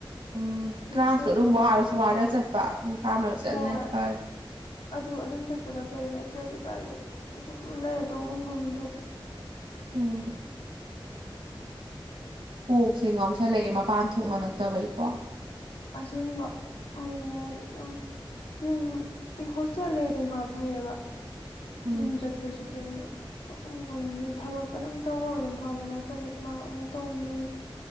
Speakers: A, on the right; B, on the left.
A: ꯎꯝ
B: ꯅꯠꯇ꯭ꯔꯗꯤꯅꯦ
A: ꯀ꯭ꯂꯥꯁꯇꯣ ꯑꯗꯨꯝ ꯋꯥꯔꯁꯨ ꯋꯥꯔ ꯆꯠꯄ ꯅꯨꯡꯁꯥ ꯃꯔꯛ ꯆꯠꯂꯤꯅꯦ
B: ꯍꯣꯏ
A: ꯐꯔꯦ
B: ꯑꯗꯨ ꯑꯗꯨꯝ ꯆꯠꯄꯅ ꯐꯩ ꯅꯠꯇ꯭ꯔꯗꯤ ꯀꯥꯏꯗ ꯁꯨꯝ ꯂꯩꯔ ꯇꯧꯕꯝ ꯈꯪꯗꯦ
A: ꯎꯝ ꯀꯣꯛꯁꯦ ꯉꯥꯎꯁꯜꯂꯛꯑꯦ ꯃꯄꯥꯟ ꯊꯣꯛꯃꯜꯂꯛꯇꯕꯩꯀꯣ
B: ꯑꯁꯦꯡꯕ ꯑꯃꯨꯃꯨꯛ ꯑꯗꯨꯝ ꯌꯨꯝ ꯍꯣꯁꯇꯦꯜ ꯂꯩꯔꯗꯨꯝ ꯈꯔ ꯐꯩꯌꯦꯕ
A: ꯎꯝ
B: ꯌꯨꯝ ꯆꯠꯄꯁꯤꯗꯤꯅꯦ ꯇꯧꯐꯝ ꯈꯪꯗꯦ ꯊꯕꯛ ꯑꯗꯨꯝ ꯇꯧꯒ꯭ꯔ ꯑꯗꯨꯝ ꯐꯕ ꯅꯠꯇ꯭ꯔꯗꯤ ꯃꯥꯔꯛ ꯑꯃꯨꯛ ꯇꯧꯅꯤ